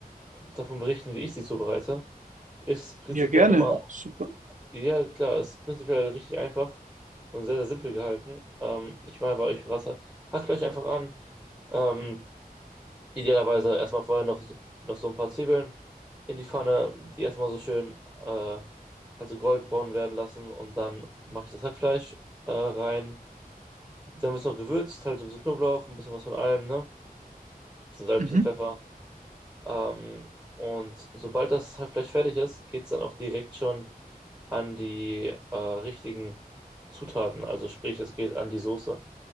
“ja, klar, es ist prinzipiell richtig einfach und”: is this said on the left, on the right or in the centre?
Centre